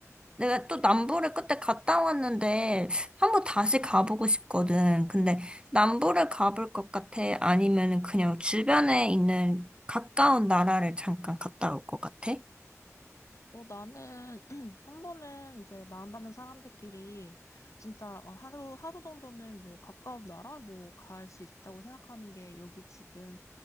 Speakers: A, on the right; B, on the left.
A: 내가 또 남부를 그때 갔다 왔는데, 한번 다시 가보고 싶거든. 근데 남부를 가볼 것 같아? 아니면은 그냥 주변에 있는 가까운 나라를 잠깐 갔다 올 것 같아?
B: 어, 나는 <clears throat> 한 번은 이제 마음 받는 사람들끼리 진짜 어, 하루, 하루 정도는 뭐 가까운 나라 뭐 갈 수 있다고 생각하는 게 여기 지금